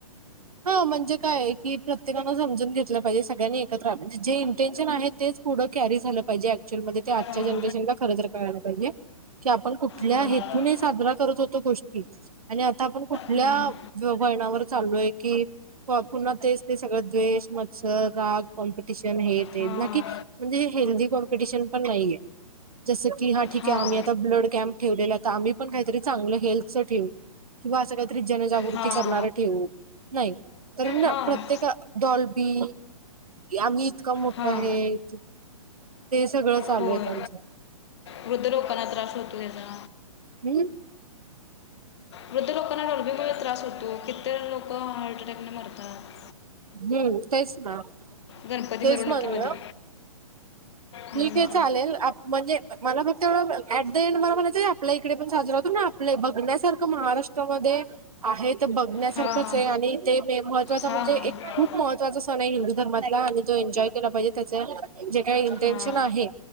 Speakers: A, on the right; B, on the left.
A: हा म्हणजे काय आहे की प्रत्येकानं समजून घेतलं पाहिजे सगळ्यांनी एकत्र म्हणजे जे इंटेन्शन आहेत. तेच पुढं कॅरी झालं पाहिजे आक क्चूली मध्ये आजच्या
B: हां
A: जनरेशनला खरं तर कळाल पाहिजे की आपण कुठल्या
B: हां
A: हे तुने साजरा करत होतो गोष्टी आणि आता आपण कुठल्या
B: हम्म,
A: अ वळणावर. चाललो आहे की पुन्हा तेच ते सगळ द्वेष मत्सर राग कॉम्पिटिशन हे ते
B: हां
A: नाकी म्हणजे हेल्दी कॉम्प्युटीशन पण नाही आहे जस कि ह्या ठीक
B: हां
A: आहे आम्ही आता ब्लड कॅम्प ठेवलेला आहे आम्ही पण काहीतरी चांगलं हेल्थचं ठेवू. किंवा असं काहीतरी जनजागृती
B: हां
A: करणारं ठेवू नाही तर ना
B: हां
A: प्रत्येक. डॉल्बी की आम्ही इतका मोठा
B: हां
A: हे ते सगळं चालू
B: होय
A: आहे त्यांचं.
B: वृद्ध लोकांना त्रास होतो ह्याचा.
A: हम्म
B: वृद्ध लोकांना डॉल्बीमुळे त्रास होतो. किततरी लोक हार्ट अटॅकने मरतात.
A: हं तेच ना,
B: गणपती
A: तेच
B: मिरवणुकीमध्ये
A: म्हणल. ठीक
B: हम्म,
A: आहे चालेल. आप म्हणजे मला फक्त एवढं ऍट द एंड मला म्हणायचं आपल्या इकडे पण साजरा होतो ना, आपल बघण्यासारखं महाराष्ट्रामध्ये आहेत बघ ण्यासारखंचे
B: हां हां
A: आणि ते म महत्त्वाच म्हणजे
B: हां हां
A: एक खूप महत्वाचं महत्त्वाचा सण आहे हिंदू धर्मातला. आणि तो एन्जॉय केला पाहिजे. त्याच जे काही इंटेन्शन
B: हां
A: आहे,